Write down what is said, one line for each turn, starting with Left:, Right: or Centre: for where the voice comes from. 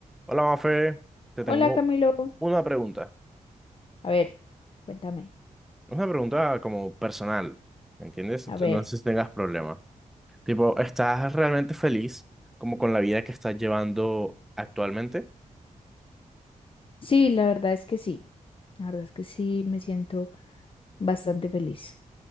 Centre: Hola, Mafe, te tengo
Left: Hola Camilo.
Centre: una pregunta.
Left: A ver, cuéntame.
Centre: Una pregunta como personal, ¿me entiendes?
Left: A
Centre: Entonces,
Left: ver.
Centre: no sé si tengas problema. Tipo, ¿estás realmente feliz como con la vida que estás llevando actualmente?
Left: Sí, la verdad es que sí. La verdad es que sí, me siento bastante feliz